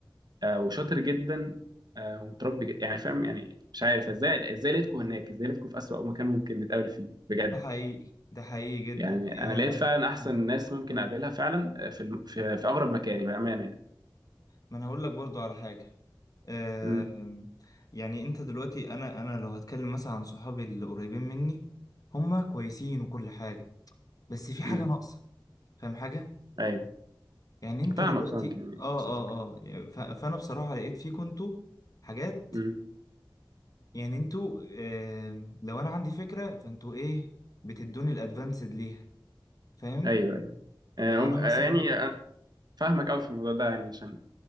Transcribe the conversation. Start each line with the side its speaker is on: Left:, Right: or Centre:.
Right: آه وشاطر جدا آه ومتربي جدا. يعني فاهم يعني مش عارف ازاي ازاي لقيتكم هناك ازاي لقيتكم في اسوأ مكان ممكن نتقابل فيه بجد
Left: ده حقيقي ده حقيقي جدا
Right: يعني
Left: يعني
Right: انا لقيت فعلا
Left: أنا-
Right: احسن
Left: مم.
Right: ناس ممكن اقابلها فعلا آه، في الم... في, في اغرب مكاني بامانه يعني
Left: ما انا هقول لك برضو على حاجة آه
Right: امم
Left: يعني انت دلوقتي انا انا لو هتكلم مثلا عن صحابي اللي قريبين مني هما كويسين وكل حاجة بس في حاجة
Right: امم
Left: ناقصة فاهم حاجة
Right: ايوه
Left: يعني انت
Right: فاهمك
Left: دلوقتي
Right: فاهمك يعني
Left: اه
Right: نفس
Left: اه
Right: الفكره
Left: اه يعني ف... فانا بصراحة لقيت فيكم انتوا حاجات
Right: امم
Left: يعني انتوا آه... لو انا عندي فكرة فانتوا ايه بتدوني الادفانسد ليها فاهم
Right: ايوه ايوه آه،
Left: لو
Right: هم-
Left: انا مم.
Right: آه،
Left: مثلا
Right: يعني آه، فاهمك قوي في الموضوع ده يعني عشان